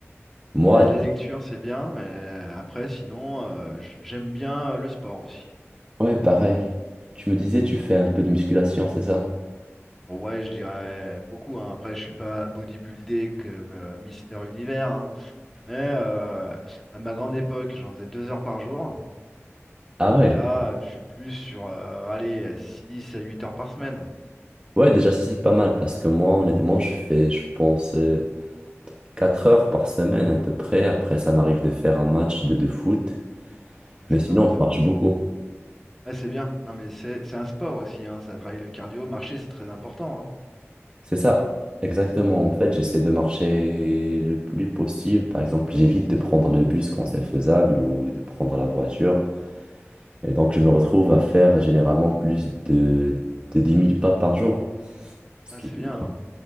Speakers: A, on the right; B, in the centre.
A: moi,
B: Mais la lecture, c'est bien, mais euh, après, sinon, euh, j- j'aime bien euh, le sport aussi.
A: Ouais, pareil. Tu me disais, tu fais un peu de musculation, c'est ça?
B: Ouais, je dirais beaucoup, hein. Après, je suis pas bodybuildé comme euh, Mister Univers, hein. Mais euh, à ma grande époque, j'en faisais deux heures par jour.
A: Ah ouais.
B: Et là, euh, je suis plus sur, euh, allez, 6 à 8 heures par semaine.
A: Ouais, déjà, ça, c'est pas mal parce que moi, honnêtement, je fais, je pense, euh, 4 heures par semaine à peu près. Après, ça m'arrive de faire un match de, de foot.
B: Ah, c'est
A: Mais sinon,
B: pas mal ça.
A: je marche beaucoup.
B: Ah, c'est bien. Non, mais c'est c'est un sport aussi, hein. Ça travaille le cardio, marcher, c'est très important, hein.
A: C'est ça, exactement. En fait, j'essaie de marcher le plus possible. Par exemple, j'évite de prendre le bus quand c'est faisable ou de prendre la voiture. Et donc, je me retrouve à faire généralement plus de, de dix mille pas par jour. Ce
B: Ah,
A: qui
B: c'est
A: est bien.
B: bien, hein.